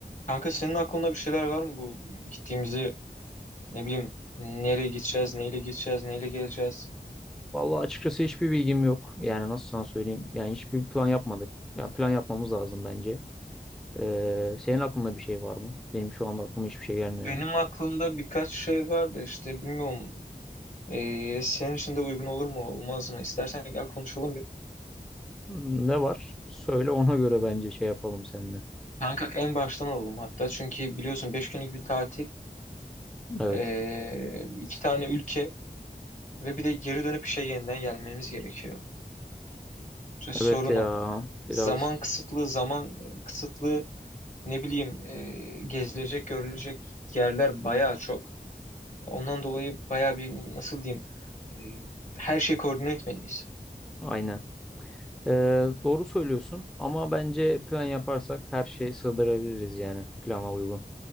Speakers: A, on the left; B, in the centre.
A: Kanka senin aklında bir şeyler var mı bu gittiğimizi ne bileyim nereye gideceğiz, neyle gideceğiz, neyle geleceğiz?
B: Vallahi açıkçası hiçbir bilgim yok. Yani nasıl sana söyleyeyim? Yani hiçbir plan yapmadık. Yani plan yapmamız lazım bence. Ee, senin aklında bir şey var mı? Benim şu anda aklıma hiçbir şey gelmiyor
A: Benim
B: yani.
A: aklımda birkaç şey var da işte bilmiyorum ee, senin için de uygun olur mu olmaz mı? İstersen gel konuşalım bir.
B: Hmm, Ne var? Söyle ona göre bence şey yapalım seninle.
A: Kanka en baştan alalım hatta çünkü biliyorsun 5 günlük bir tatil,
B: Evet.
A: ee, iki tane ülke ve bir de geri dönüp işe yeniden gelmemiz gerekiyor. İşte sorun
B: Evet ya.
A: o.
B: Biraz
A: Zaman kısıtlı, zaman kısıtlı ne bileyim ee, gezilecek, görülecek yerler bayağı çok. Ondan dolayı bayağı bir nasıl diyeyim e, her şeyi koordine etmeliyiz.
B: aynen. Ee, doğru söylüyorsun ama bence plan yaparsak her şeyi sığdırabiliriz yani plana uygun.